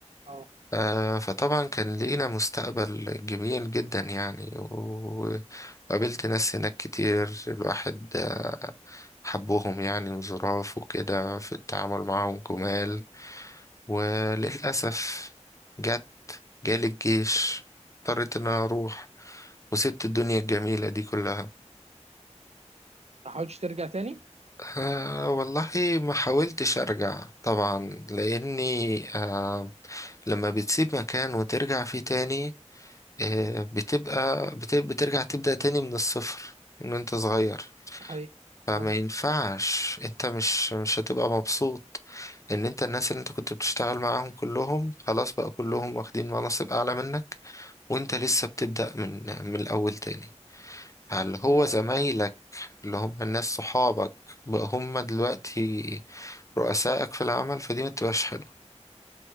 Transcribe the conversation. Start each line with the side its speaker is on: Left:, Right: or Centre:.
Right: اه
Left: آه، فطبعا كان لينا مستقبل جميل جدا يعني وقابلت ناس هناك كتير الواحد آه، حبهم يعني وظراف وكده في التعامل معهم جمال وللأسف جت جالي الجيش اضطريت ان انا اروح وسبت الدنيا الجميلة دي كلها
Right: ما حاولتش ترجع تاني
Left: آه والله ما حاولتش أرجع طبعا لأني آه لما بتسيب مكان وترجع فيه تاني آه بتبقى بت- بترجع تبدأ تاني من الصفر إن أنت صغير
Right: ده حقيقي
Left: فما
Right: اه
Left: ينفعش أنت مش مش هتبقى مبسوط إن أنت الناس اللي أنت كنت بتشتغل معاهم كلهم خلاص بقى كلهم واخدين مناصب أعلى منك وأنت لسه بتبدأ من من الأول تاني فاللي هو
Right: ايوه
Left: زمايلك اللي هم الناس صحابك بقى هم دلوقتي رؤسائك في العمل فدي ما تبقاش حلوة